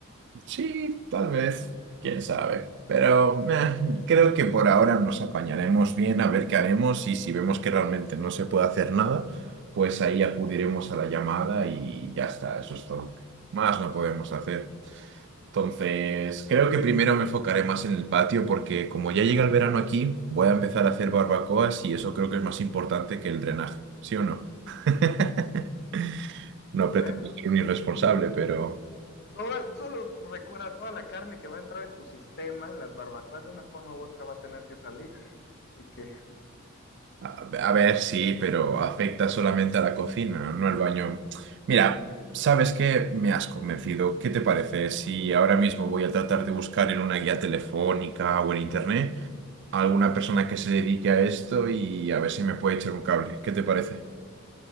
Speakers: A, on the right; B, on the left.
A: Sí, tal vez, quién sabe, pero meh, creo que por ahora nos apañaremos bien a ver qué haremos y si vemos que realmente no se puede hacer nada, pues ahí acudiremos a la llamada y ya está, eso es todo. Más no podemos hacer. Entonces, creo que primero me enfocaré más en el patio porque como ya llega el verano aquí, voy a empezar a hacer barbacoas y eso creo que es más importante que el drenaje, ¿sí o no? <laughs> No
B: Bueno,
A: pretendo ser un irresponsable, pero
B: toda- solo recuerda toda la carne que va a entrar en tu sistema, en las barbacoas, de una forma u otra va a tener que salir. Así que
A: a, a ver, sí, pero afecta solamente a la cocina, no al baño. Mira, ¿sabes qué? Me has convencido. ¿Qué te parece si ahora mismo voy a tratar de buscar en una guía telefónica o en internet a alguna persona que se dedique a esto y a ver si me puede echar un cable? ¿Qué te parece?